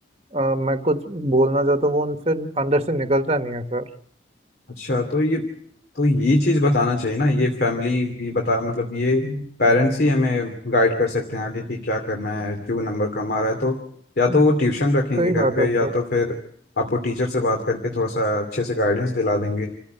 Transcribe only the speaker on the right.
आ, मैं कुछ बोलना चाहता हूँ वो उनसे अंदर से निकलता नहीं है सर
हम्म,
हम्म,
सही
बात
है सर